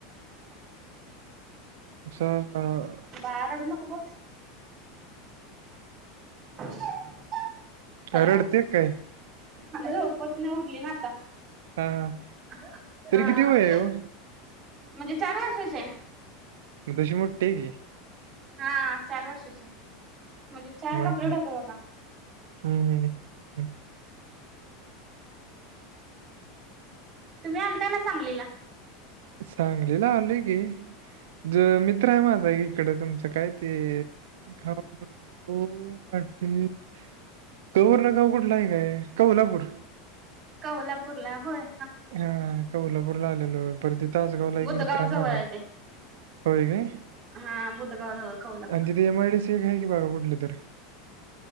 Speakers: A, on the right; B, on the right.
A: <unintelligible>
B: बाळा रडू नको गप <inaudible> हॅलो
A: काय रडते काय?
B: झोपेत्न उठली ना आता.
A: हां.
B: <inaudible>
A: तरी
B: हा
A: किती वय आहे हो?
B: म्हणजे चार वर्षाची हाय
A: मं तशी मोट्टी हाय कि
B: हा चार वर्षाची म्हणजे चार
A: मग
B: कंप्लिट होतात आता
A: हं, हं, हं.
B: तुम्ही आलता ना सांगलीला.
A: सांगलीला आलोय कि ज मित्र हाय माझा इकडं तुमचं काय ते खाऊ हो वाटेत क वरणं गाव कुठलं हाय काय कवलापूर
B: कवलापूर ला होय.
A: हा कवलापूरला आलेलो परत ते तासगावला एक
B: बुधगाव
A: मित्र हाय
B: जवळ
A: माझा
B: आहे ते.
A: होय काय
B: हा बुधगाव जवळ कोल्हापूर.
A: आणि तिथं एम आय डी सी एक आहे कि बघा कुठली तर